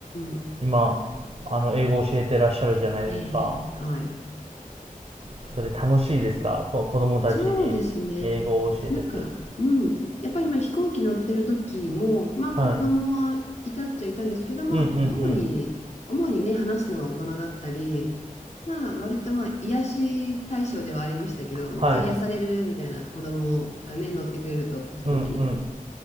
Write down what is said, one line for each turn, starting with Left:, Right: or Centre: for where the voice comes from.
Left: ん、
Right: 今、あの、英語教えてらっしゃるじゃないですか。
Left: ええ、はい。
Right: それ楽しいですかこ子供たちに英語を教えてて。
Left: そうですね。なんか、うん。やっぱりまあ飛行機乗ってる時も、まあ子供はいたっちゃいたんですけど、
Right: はい。
Left: まあ主に、
Right: うんうんうん。
Left: 主にね、話すのは大人だったり、まあ割とまあ癒し対象ではありましたけど、めっちゃ癒されるみたいな子供がね、
Right: はい。
Left: 乗ってくれると飛行機。
Right: うんうん。